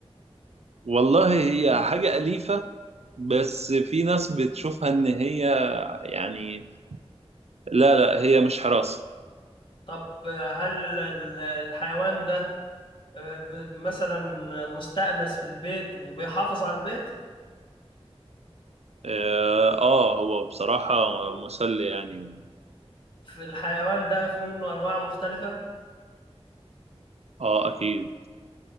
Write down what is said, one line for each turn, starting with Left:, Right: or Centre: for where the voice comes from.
Right: والله هي حاجه اليفه بس في ناس بتشوفها ان هي يعني لا لا هي مش حراسه
Left: طب آه، هل ال- الحيوان ده آه، ب- مثلا مستأنس في البيت وبيحافظ على البيت
Right: اه آه، هو بصراحة مسلي يعني و-
Left: في الحيوان ده في منه أنواع مختلفة
Right: اه اكيد